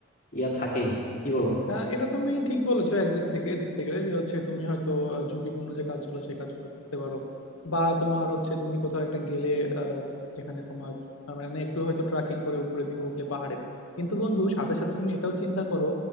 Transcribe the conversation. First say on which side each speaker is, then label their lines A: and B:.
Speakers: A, on the left; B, on the left.
A: ইয়া থাকেই কি বলো
B: আহ, এটা তুমি ঠিক বলেছো একদিক থেকে দেখতে গেলে যে হচ্ছে তুমি হয়তো আহ, ঝুঁকিপূর্ণ যে কাজগুলো সেই কাজগুলো করতে পারো বা তোমার হচ্ছে তুমি কোথাও একটা গেলে আহ, যেখানে তোমার আহ, মানে একটু হয়তো ট্রাকিং করে উপরের দিকে উঠলে পাহাড়ে কিন্তু বন্ধু সাথে সাথে তুমি এটাও চিন্তা করো